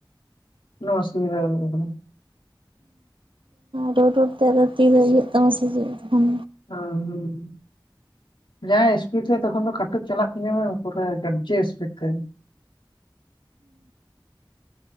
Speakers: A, on the left; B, on the right.
A: ᱠᱳᱱᱚ ᱚᱥᱩᱵᱩᱫᱷᱟ ᱵᱟᱱᱩᱜ ᱠᱟᱫᱟ
B: ᱨᱩ ᱨᱩ ᱛᱮ ᱛᱤ ᱫᱚ ᱤᱩᱭᱟᱹᱜ ᱛᱟᱢᱟ ᱥᱮ ᱪᱮ ᱛᱚᱠᱷᱚᱱ
A: ᱟ ᱦᱩᱸ ᱡᱟᱭ ᱤᱥᱯᱤᱰ ᱛᱚᱠᱷᱚᱱ ᱫᱚ ᱠᱟᱹᱴᱩᱵ ᱪᱟᱞᱟᱜ ᱛᱤᱧᱟ ᱵᱟᱝ ᱯᱩᱨᱟᱹ ᱜᱟᱡᱮ ᱤᱥᱯᱤᱰ ᱛᱮ